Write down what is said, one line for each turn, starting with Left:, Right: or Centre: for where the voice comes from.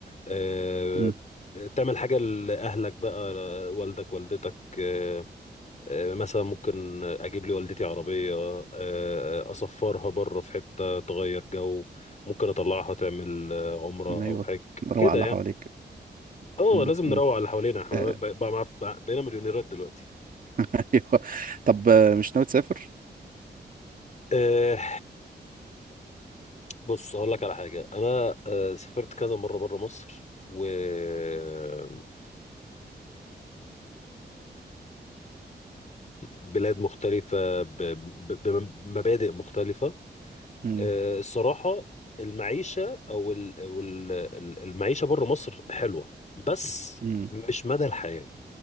Left: آه،
Right: امم
Left: تعمل حاجة لأهلك بقى آه، والدك والدتك آه، آه، مثلا ممكن اجيب لي والدتي عربيه آه، اسفرها بره في حته تغير جو ممكن اطلعها تعمل آه، عمره
Right: ايوه
Left: او حج
Right: روق
Left: كده
Right: على اللي
Left: يعني
Right: حواليك
Left: اه
Right: امم
Left: لازم نروق
Right: امم
Left: على اللي حوالينا احنا
Right: آه،
Left: ب- بقى معاف- بقى- بقينا مليونيرات دلوقتي
Right: <laughs> ايوه طب آه، مش ناوي تسافر
Left: آه، بص هقول لك على حاجه انا آه، سافرت كذا مره بره مصر وجربت بلاد مختلفه ب- ب- بمبادئ مختلفه
Right: امم
Left: آه، الصراحة المعيشة أو ال- أو ال- ال- المعيشة بره مصر حلوة بس
Right: امم
Left: مش مدى الحياة